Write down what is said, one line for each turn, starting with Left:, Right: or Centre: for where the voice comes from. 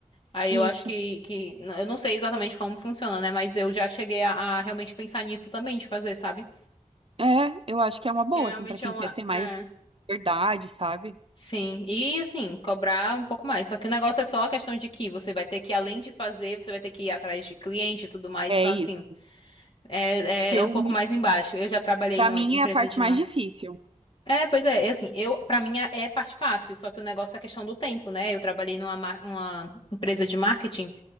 Left: Aí
Right: isso.
Left: eu acho que, que eu não sei exatamente como funciona, né, mas eu já cheguei a, a realmente pensar nisso também de fazer, sabe?
Right: É, eu acho que é uma boa,
Left: Que realmente
Right: assim, pra quem
Left: é uma
Right: quer ter mais
Left: é.
Right: verdade, sabe?
Left: Sim, e assim, cobrar um pouco mais. Só que o negócio é só a questão de que você vai ter que, além de fazer, você vai ter que ir atrás de cliente e tudo mais.
Right: É
Left: Então,
Right: isso.
Left: assim, é,
Right: Filme,
Left: é, é um pouco mais embaixo. Eu já trabalhei
Right: pra
Left: em uma
Right: mim,
Left: empresa
Right: é a parte
Left: de
Right: mais
Left: marketing.
Right: difícil.
Left: É, pois é, e assim, eu, pra mim é é parte fácil, só que o negócio é a questão do tempo, né? Eu trabalhei numa mar- uma empresa de marketing.